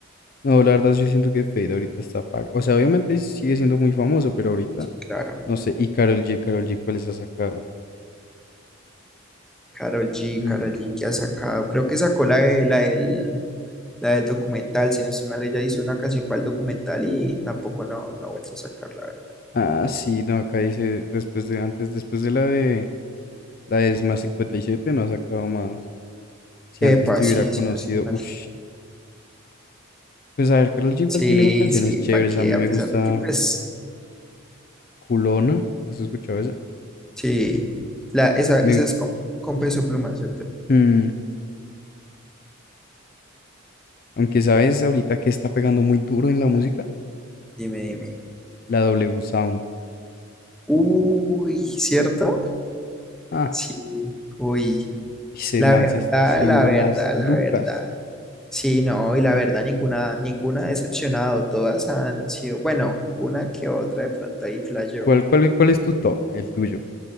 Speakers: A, on the left; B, in the centre.
A: No, la verdad, yo siento que Fade ahorita está apagado. O sea, obviamente sigue siendo muy famoso, pero ahorita
B: sí, claro.
A: no sé. Y Karol G, Karol G, ¿cuáles ha sacado?
B: Karol G,
A: Hmm,
B: Karol G que ha sacado, creo que sacó la, de- la del, la del documental, si no estoy mal, ella hizo una canción para el documental y tampoco no, no ha vuelto a sacarla.
A: Ah, sí, no, acá dice después de antes, después de la de la de Más 57, no ha sacado más. Si
B: Epa,
A: antes te hubiera
B: sí,
A: conocido,
B: sí, no estoy mal.
A: uff. Pues a ver, Karol G igual
B: Sí,
A: tiene canciones
B: sí,
A: chéveres.
B: pa' qué,
A: A mí
B: a
A: me
B: pesar
A: gusta
B: de que, pues,
A: Culona. ¿Has escuchado esa?
B: sí, la, esa,
A: Me,
B: esa es con, con peso pluma, ¿cierto?
A: mm, Aunque sabes ahorita que está pegando muy duro en la música,
B: Dime, dime.
A: la W Sound.
B: Uy, ¿cierto?
A: Ah,
B: Sí, uy,
A: ese
B: la
A: man
B: verdad,
A: se está haciendo
B: la verdad,
A: las lucas.
B: la verdad. Sí, no, y la verdad, ninguna, ninguna ha decepcionado, todas han sido, bueno, una que otra de pronto ahí flasheó.
A: ¿Cuál, cuál, cuál es tu top? El tuyo,